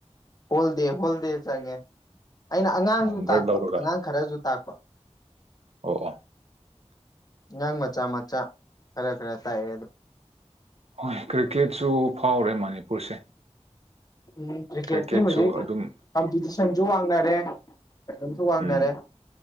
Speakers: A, on the left (about 35°); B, on the right (about 65°).
A: ꯍꯣꯜꯗꯦ ꯍꯣꯜꯗꯦ ꯆꯪꯉꯦ ꯑꯩꯅ ꯑꯉꯥꯡꯁꯨ
B: ꯑꯣ ꯕ꯭ꯔꯦꯛ
A: ꯇꯥꯛꯄ
B: ꯂꯧꯔꯒ
A: ꯑꯉꯥꯡ ꯈꯔꯁꯨ ꯇꯥꯛꯄ
B: ꯑꯣ ꯑꯣ
A: ꯑꯉꯥꯡ ꯃꯆꯥ ꯃꯆꯥ ꯈꯔ ꯈꯔ ꯇꯥꯛꯑꯦ ꯑꯗꯨꯝ
B: ꯍꯣꯏ ꯀ꯭ꯔꯤꯀꯦꯠꯁꯨ ꯐꯥꯎꯔꯦ ꯃꯅꯤꯄꯨꯔꯁꯦ
A: ꯎꯝ ꯀ꯭ꯔꯤꯛꯀꯦꯠꯇꯤ
B: ꯀ꯭ꯔꯤꯛꯀꯦꯠꯁꯨ
A: ꯍꯨꯖꯤꯛ
B: ꯑꯗꯨꯝ
A: ꯀꯝꯄꯤꯇꯤꯁꯟꯁꯨ ꯋꯥꯡꯅꯔꯦ ꯑꯗꯨꯝꯁꯨ ꯋꯥꯡꯅꯔꯦ
B: ꯎꯝ